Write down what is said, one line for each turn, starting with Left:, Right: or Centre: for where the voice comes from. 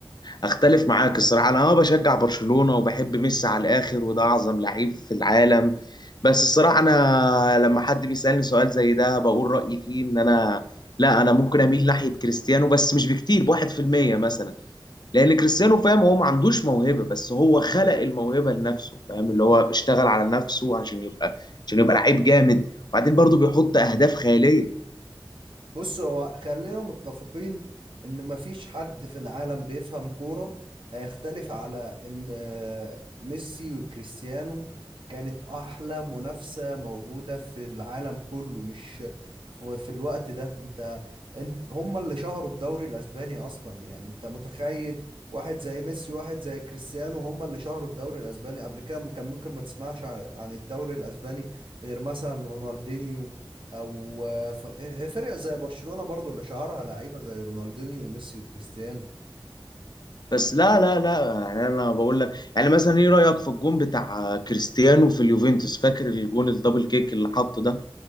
Left: اختلف معاك الصراحه انا اه بشجع برشلونه وبحب ميسي على الاخر وده اعظم لعيب في العالم بس الصراحه انا لما حد بيسالني سؤال زي ده بقول رايي فيه ان انا لا انا ممكن اميل ناحيه كريستيانو بس مش بكتير بواحد في المية مثلا لان كريستيانو فاهم هو ما عندوش موهبه بس هو خلق الموهبه لنفسه فاهم اللي هو اشتغل على نفسه عشان يبقى عشان يبقى لعيب جامد وبعدين برضه بيحط اهداف خياليه
Right: بص هو خلينا متفقين ان ما فيش حد في العالم بيفهم كورة هيختلف على ان آه، ميسي وكريستيانو كانت احلى منافسة موجودة في العالم كله مش في في الوقت ده انت انت هم اللي شهروا الدوري الاسباني اصلا يعني انت متخيل واحد زي ميسي واحد زي كريستيانو هم اللي شهروا الدوري الاسباني قبل كده م- كان ممكن ما تسمعش ع- عن الدوري الاسباني غير مثلا رونالدينيو او آه، ف- فرق زي برشلونة برضو اللي شهرها لعيبة زي رونالدينيو وميسي وكريستيانو
Left: بس لا لا لا يعني انا بقول لك يعني مثلا ايه رايك في الجون بتاع كريستيانو في اليوفنتوس فاكر الجون الدبل كيك اللي حطه ده